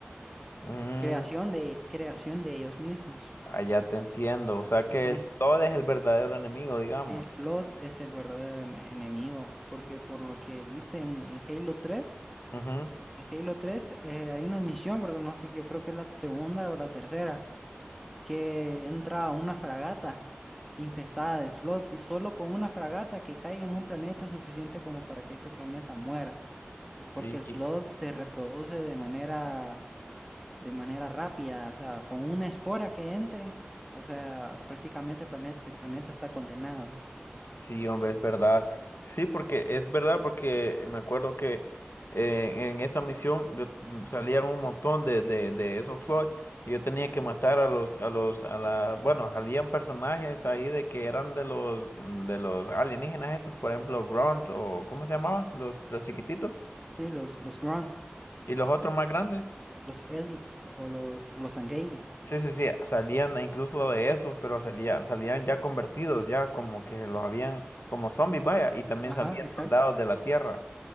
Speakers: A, on the left (about 70°); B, in the centre.
A: Mm,
B: creación de creación de ellos mismos.
A: allá te entiendo, o sea que
B: Entonces,
A: el Todd es el verdadero enemigo, digamos.
B: El Flood es el verdadero en- enemigo, porque por lo que viste en, en Halo tres,
A: Ujú,
B: en Halo tres eh, hay una misión, ¿verdad? No sé, yo creo que es la segunda o la tercera, que entra a una fragata infestada de Flood y solo con una fragata que caiga en un planeta es suficiente como para que ese planeta muera, porque
A: Sí,
B: el
A: hijo.
B: Flood se reproduce de manera, de manera rápida, o sea, con una espora que entre, o sea, prácticamente el planeta, el planeta está condenado ya.
A: sí, hombre, es verdad. Sí, porque es verdad, porque me acuerdo que eh, en esa misión yo, mm, salían un montón de, de, de esos Floyd y yo tenía que matar a los, a los, a la, bueno, salían personajes ahí de que eran de los, mm, de los alienígenas esos, por ejemplo, Grunt o ¿cómo se llamaban? Los, los chiquititos
B: Sí, los, los Grunts.
A: y los otros más grandes.
B: Los Elites o los, o los Sangheili.
A: Sí, sí, sí, salían incluso de esos, pero salían, salían ya convertidos, ya como que los habían, como zombies, vaya, y también
B: Ajá,
A: salían
B: exacto.
A: soldados de la tierra.